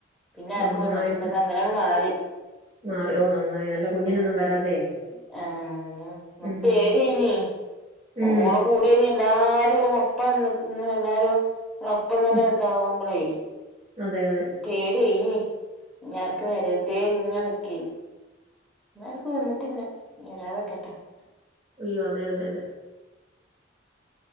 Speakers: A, in the centre; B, on the right.
A: പിന്നെ ആർക്കും
B: ആഹാ
A: വന്നിട്ടില്ല
B: ആ ഇവിടെ
A: അത് അങ്ങനാ ണ്ട്മാറി
B: മാറി ഓ നന്നായി നല്ല കുഞ്ഞിനൊന്നും
A: ഉം.
B: വരാതെ
A: ആഹാ അതാണ്.
B: ഉം
A: പേട്യേനി
B: ഉം ഉം
A: ഓള കൂ. <unintelligible> അ എല്ലാരും ഒപ്പന്ന് എല്ലാരും. <unintelligible> റൊപങ്ങനെ
B: ഉം
A: ഇതാാവുമ്പളേ.
B: അതെ അതെ.
A: പേടി ഏയ്ഞ്ഞ് ഇഞാർക്ക് വരരത് ഇഞ്ഞ് നിക്കേനി. എർക്കും വന്നിട്ട് ല്ല വരാതെക്കട്ടെ. <unintelligible>
B: അയ്യോ അതെ അതെ അതെ.